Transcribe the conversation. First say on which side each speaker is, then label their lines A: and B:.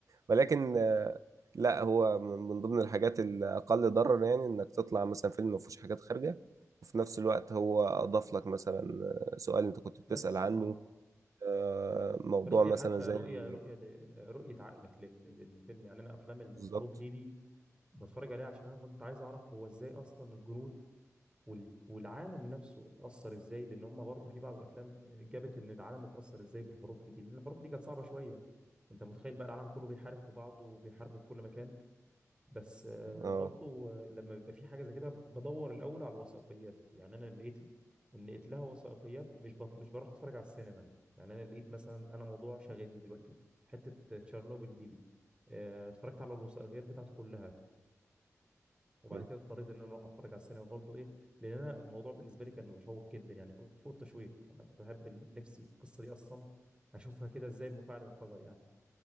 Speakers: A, on the right (about 70°); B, on the right (about 20°).
A: ولكن آه، لا هو من من ضمن الحاجات الأقل ضرر يعني إنك تطلع مثلا فيلم ما فيهوش حاجات خارجة وفي نفس الوقت هو أضاف لك مثلا آه، سؤال أنت كنت بتسأل
B: بس
A: عنه
B: اه
A: آه، موضوع
B: رؤية
A: مثلا
B: حتى
A: زي
B: رؤية رؤية دي رؤية عقلك لل- للفيلم يعني انا افلام الحروب
A: بالظبط
B: دي دي بتفرج عليها عشان انا كنت عايز اعرف هو ازاي اصلا الجنود وال- والعالم نفسه اتأثر ازاي لان هم برضه في بعض الافلام جابت ان العالم اتأثر ازاي بالحروب دي لان الحروب دي كانت صعبة شوية انت متخيل بقى العالم كله بيحارب في بعضه وبيحاربوا في كل مكان بس آه،
A: اه
B: برضه آه، لما بيبقى في حاجة زي كده بدور الاول على الوثائقيات يعني انا لقيت ان لقيت لها وثائقيات مش بط... مش بروح اتفرج على السينما يعني انا لقيت مثلا انا موضوع شاغلني دلوقتي حتة تشيرنوبل دي دي آه، اتفرجت على الوثائقيات بتاعته كلها وبعد
A: م.
B: كده اضطريت ان انا اروح اتفرج على السينما برضه ايه لان انا الموضوع بالنسبه لي كان مشوق جدا يعني فوق فوق التشويق انا كنت بحب ال- نفسي القصه دي اصلا اشوفها كده ازاي المفاعل انفجر يعني